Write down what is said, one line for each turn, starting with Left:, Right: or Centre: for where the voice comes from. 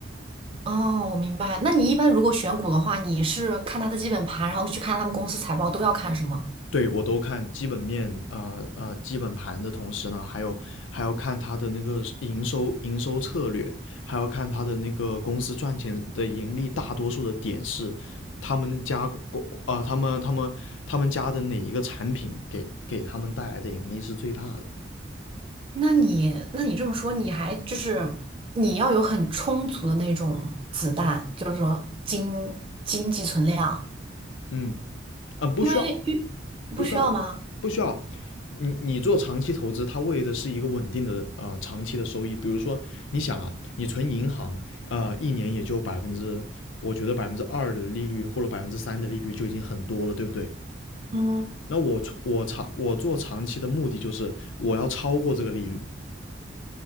Right: 哦，我明白。那你一般如果选股的话，你是看它的基本盘，然后去看他们公司财报，都要看什么？
Left: 对我都看基本面啊啊、呃呃、基本盘的同时呢，还有还要看它的那个营收营收策略，还要看它的那个公司赚钱的盈利，大多数的点是他们家公啊、呃、他们他们他们家的哪一个产品给给他们带来的盈利是最大的，
Right: 那你那你这么说，你还就是你要有很充足的那种子弹，就是说经经济存量，
Left: 嗯啊呃不需要
Right: 因为遇不需要吗？
Left: 不需要，不需要。你你做长期投资，它为的是一个稳定的啊、呃长期的收益。比如说，你想啊，你存银行啊、呃一年也就百分之，我觉得百分之二的利率或者百分之三的利率就已经很多了，对不对？
Right: 嗯，
Left: 那我存我长我做长期的目的就是我要超过这个利率，